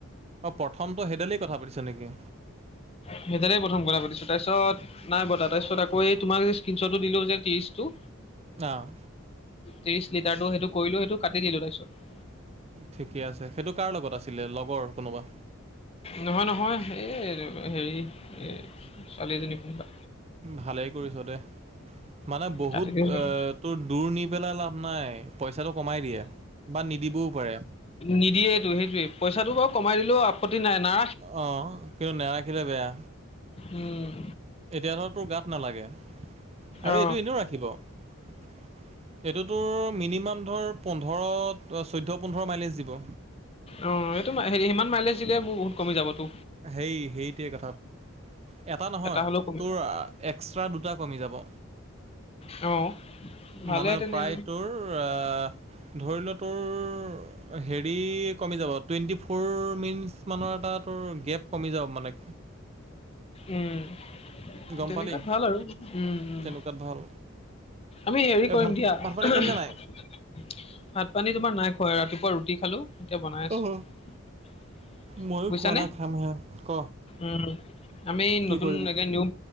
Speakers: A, on the right; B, on the left.
A: অঁ প্ৰথমটো সেইডালই কথা পাতিছ নেকি?
B: সেইদৰে প্ৰথম কৰা পাতিছো তাৰপিছত! নাই পতা তাৰপিছত আকৌ তোমাক স্কেনচটটো দিলো যে ত্ৰিশ টো।
A: অহ
B: ত্ৰিশ লিটাৰটো সেইটো কৰিলো সেইটো কাটি দিলো তাৰপিছত।
A: ঠিকে আছে সেইটো কাৰ লগত আছিলে লগৰ কোনোবা?
B: নহয় নহয় এই হেৰি এ ছোৱালী এজনী কোনোবা।
A: ভালেই কৰিছ দে। মানে বহুত
B: কাটি দিছোঁ
A: তোৰ দূৰ নি পেলাই লাভ নাই পইচাটো কমাই দিয়ে। বা নিদিবও পাৰে।
B: নিদিয়েটো সেইটোয়ে পইচাটো বাৰু কমাই দিলেও আপত্তি নাই না।
A: অ কিন্তু নাৰাখিলে বেয়া।
B: উম
A: এতিয়া ধৰ তোৰ গাত নালাগে আৰু
B: অ
A: এইটো এনেও ৰাখিব। এইটোতোৰ মিনিমাম ধৰ পোন্ধৰ চৈধ্যয়। পোন্ধৰ মাইলেজ দিব।
B: অ এইটো হে সিমান মাইলেজ দিলে মোৰ বহুত কমি যাবতো।
A: সেই সেইটোৱে কথা। এটা নহয়
B: হ'লেও কমি
A: তোৰ এক্সট্ৰা দুটা কমি যাব।
B: অ ভালে
A: মানে
B: তেনে
A: প্ৰায়
B: আৰু
A: তোৰ এ ধৰি ল তোৰ! হেৰি কমি যাব টুৱেণ্টি ফ'ৰ মিনিটছ মানৰ এটা তোৰ গেপ কমি যাব মানে!
B: উম
A: গম
B: তেনেকুৱাত
A: পালি
B: ভাল আৰু উম উম।
A: তেনেকুৱাত ভাল
B: আমি হেৰি
A: এই
B: কৰিম
A: ভাত
B: দিয়া উঁহুম।
A: ভাত পানী খালিনে নাই
B: ভাত পানী তোমাৰ নাই খোৱা ৰাতিপুৱা ৰুটি খালো এতিয়া বনাই আছো।
A: অহ ময়ো
B: বুজিছানে
A: খোৱা নাই খামহে ক
B: উম আমি
A: কি
B: নতুন
A: কৰিবি
B: একে নিউ!